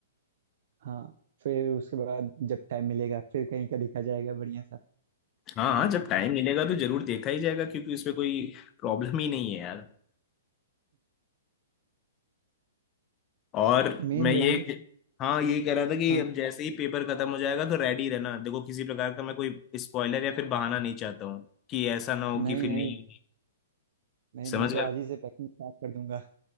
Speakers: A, on the right (about 55°); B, on the left (about 30°).
A: हाँ फिर उसके बाद जब टाइम मिलेगा फिर कहीं का देखा जाएगा बढ़िया सा
B: हाँ हाँ जब टाइम मिलेगा तो जरूर देखा ही जाएगा क्योंकि उसमें कोई प्रॉब्लम ही नहीं है यार। और
A: मेन
B: मैं
A: वही
B: क्या ये
A: है ना
B: हाँ ये कह रहा था कि
A: हाँ
B: अब जैसे ही पेपर खत्म हो जाएगा तो रेडी रहना देखो किसी प्रकार का मैं कोई स्पॉइलर या फिर बहाना नहीं चाहता हूँ कि ऐसा ना हो कि
A: नहीं
B: फिर
A: नहीं
B: नहीं होगी।
A: नहीं
B: समझ
A: मैं तो
B: गए
A: आज ही से पैकिंग स्टार्ट कर दूंगा